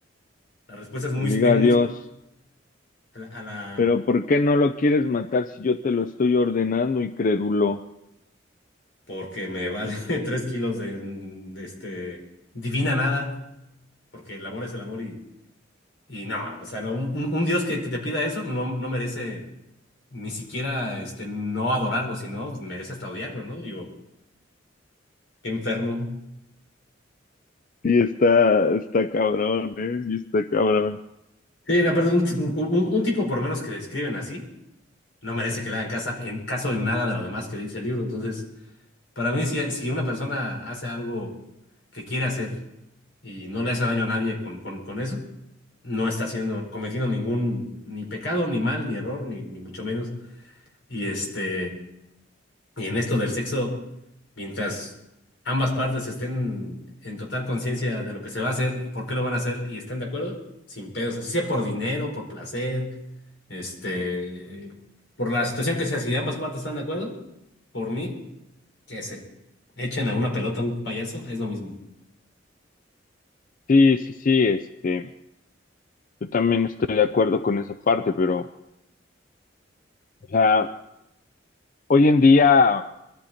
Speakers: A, on the left; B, on the left.
A: La respuesta es muy,
B: que
A: es
B: diga
A: muy
B: adiós.
A: a la, a la-
B: pero ¿por qué no lo quieres matar si yo te lo estoy ordenando, incrédulo?
A: porque me vale <laughs> tres kilos de, de este divina nada. porque el amor es el amor y, y no, o sea, no, un, un- un Dios que, que te pida eso no, no merece ni siquiera este, no adorarlo, sino merece hasta odiarlo, ¿no? Digo, qué enfermo.
B: Sí, está, está cabrón, ¿eh? Sí, está cabrón.
A: Sí, la verdad, un, un- un tipo por menos que describen así, no merece que le hagan casa, en, caso en nada de lo demás que dice el libro. Entonces, para mí, si, si una persona hace algo que quiere hacer y no le hace daño a nadie con, con, con eso, no está haciendo, cometiendo ningún, ni pecado, ni mal, ni error, ni, ni mucho menos. Y este, Y en esto del sexo, mientras ambas partes estén en total conciencia de lo que se va a hacer, por qué lo van a hacer y estén de acuerdo, sin pedos, así sea por dinero, por placer, este, por la situación que sea, si ambas partes están de acuerdo, por mí, que se echen a una pelota a un payaso, es lo mismo.
B: Sí, sí, sí, este, yo también estoy de acuerdo con esa parte, pero, o sea, hoy en día,